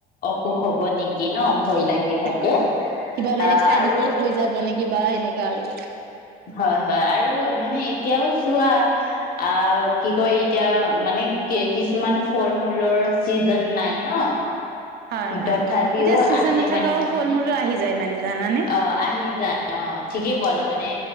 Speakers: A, on the left; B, on the right.
A: অ সুখ হ'ব নেকি ন ভয় লাগি থাকে
B: অ কিবা বেলেগ
A: আহ
B: চাইড
A: আৰু
B: এফেক্ট হৈ যাব নেকি বা সেনেকা আৰু।
A: হয় হয় আৰু মানে এতিয়াও চোৱা আহ কি কয় এতিয়া মানে কি কিছুমান ফল মূলৰ চিজন নাই ন
B: হয় হয়
A: তথাপিও
B: এতিয়া চিজন
A: আছে
B: নথকাও
A: মানে
B: ফল মূলো আহি যায় মানে জানানে।
A: অ আহি যায় অ ঠিকে ক'লা মানে